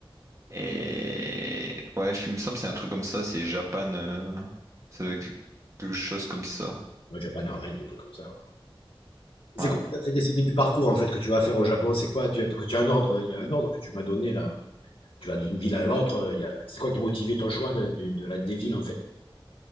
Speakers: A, on the right; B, on the left.
A: Et ouais, je, il me semble que c'est un truc comme ça, c'est Japan, euh, ça doit être quelque chose comme ça.
B: Ouais, Japan Airlines, un truc comme ça. ouais. C'est
A: Ouais.
B: quoi qui t'a fait décider du parcours, en fait, que tu vas faire au Japon? C'est quoi? Tu as, que tu as un ordre, il y a un ordre que tu m'as donné, là. Tu vas d'une ville à l'autre. euh, il y a- C'est quoi qui a motivé ton choix de, de- de la, des villes, en fait?